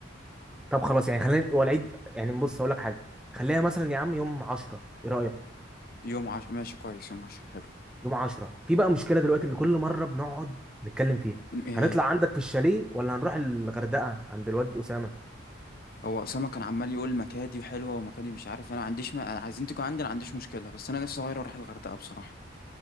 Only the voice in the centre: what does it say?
طب خلاص يعني خلينا هو العيد يعني بص اقول لك حاجه خليها مثلا يا عم يوم 10 ايه رايك
يوم 10 في بقى مشكله دلوقتي اللي كل مره بنقعد نتكلم فيها
هنطلع عندك في الشاليه ولا هنروح الغردقه عند الواد اسامه